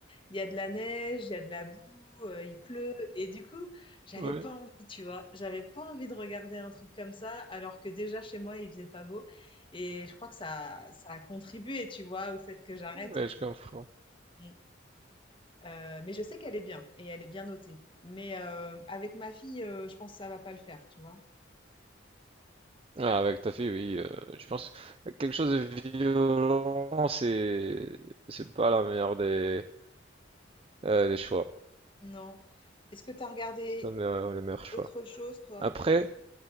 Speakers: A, on the left (about 25°); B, on the right (about 30°).
A: Il y a de la neige, il y a de la boue, euh, il pleut. Et du coup, j'avais
B: Ouais,
A: pas envie, tu vois. J'avais pas envie de regarder un truc comme ça, alors que déjà chez moi, il faisait pas beau. Et je crois que ça, ça a contribué, tu vois, au fait que j'arrête
B: ouais,
A: aussi.
B: je comprends.
A: Mm. Euh, mais je sais qu'elle est bien et elle est bien notée. Mais euh, avec ma fille, euh, je pense que ça va pas le faire, tu vois.
B: Ah ouais, tout à fait, oui. euh, je pense que quelque chose de violent, c'est c'est pas la meilleure des euh, des choix.
A: Non. Est-ce que tu as regardé
B: C'est pas le meilleur- le meilleur choix.
A: autre chose, toi?
B: Après,